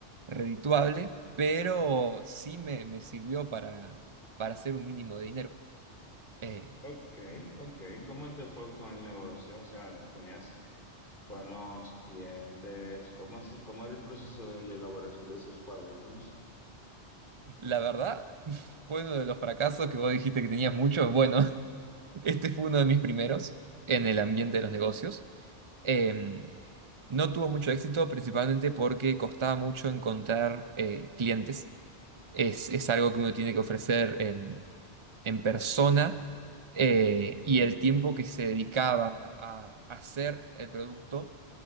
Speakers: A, on the right; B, on the left.
A: redituable, pero sí me, me sirvió para, para hacer un mínimo de dinero. Eh,
B: Ok, ok, ¿cómo te fue con el negocio? O sea, ¿tenías Buenos clientes. ¿Cómo, así- cómo era el proceso de la elaboración de esos cuadernos?
A: la verdad, <laughs> fue uno de los fracasos que vos dijiste que tenías muchos. Bueno, <laughs> este fue uno de mis primeros en el ambiente de los negocios. Em, no tuvo mucho éxito, principalmente porque costaba mucho encontrar eh, clientes. Es, es algo que uno tiene que ofrecer en, en persona eh, y el tiempo que se dedicaba a hacer el producto